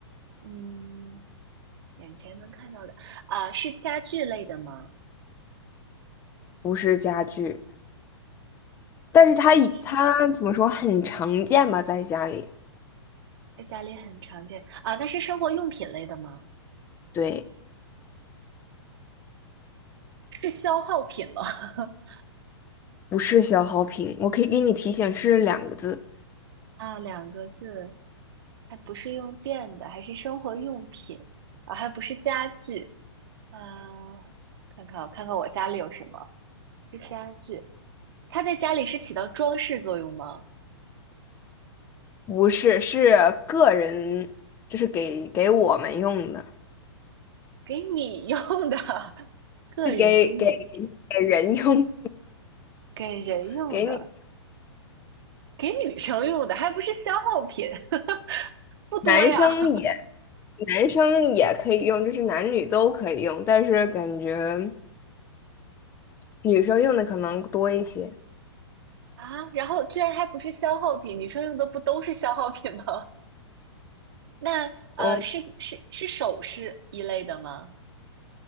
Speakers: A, on the right; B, on the left.
A: 嗯。眼前能看到的啊，是家具类的吗？
B: 不是家具，但是它以它怎么说很常见吧，
A: 是家具，
B: 在家里，
A: 在家里很常见啊。那是生活用品类的吗？
B: 对，
A: 是消耗品吗？<laughs>
B: 不是消耗品，我可以给你提醒是两个字，
A: 啊，两个字，还不是用电的，还是生活用品啊，还不是家具啊。看看我，看看我家里有什么？是家具，它在家里是起到装饰作用吗？
B: 不是，是个人，就是给给我们用的。
A: 给你用的，<laughs> 个人给你
B: 是给给给人用，
A: 给人用的，
B: <laughs> 给你
A: 给女生用的，还不是消耗品，<laughs> 不多呀。
B: 男生也男生也可以用，就是男女都可以用，但是感觉女生用的可能多一些。
A: 啊，然后居然还不是消耗品，女生用的不都是消耗品吗？<laughs> 那呃，
B: 嗯，
A: 是是是首饰一类的吗？